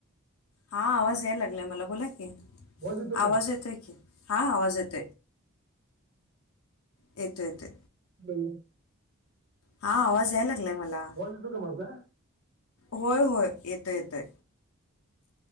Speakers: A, on the left; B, on the right.
A: हा आवाज यायला लागलाय मला बोला की
B: आवाज येतो का
A: आवाज येत आहे की हा आवाज. यथ य ते
B: तो
A: हा आवाज याला. म
B: येतो का माझा
A: होय हो. ते ते